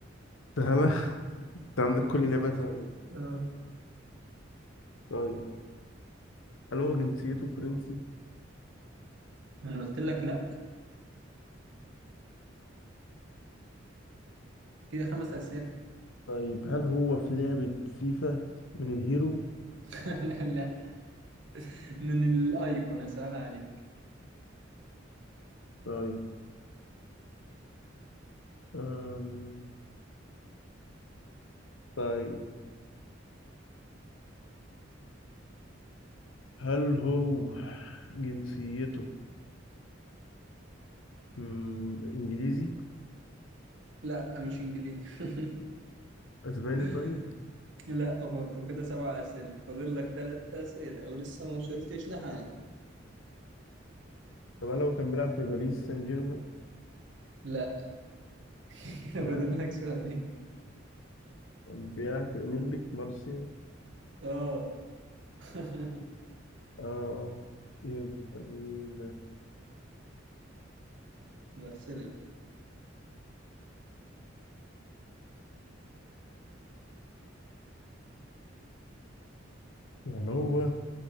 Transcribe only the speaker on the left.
سهلة <laughs> انت عندك كل لعبة سهلة
طيب هل هو جنسيته فرنسي
طيب هل هو في لعبة فيفا من الهيرو
طيب أم... طيب هل هو جنسيته مم، إنجليزي
أسباني
طيب
طب هل هو كان بيلعب في باريس سان جيرمان
لا
كان بيلعب في أولمبيك مارسيل
آه يبقى مين؟
يعني هو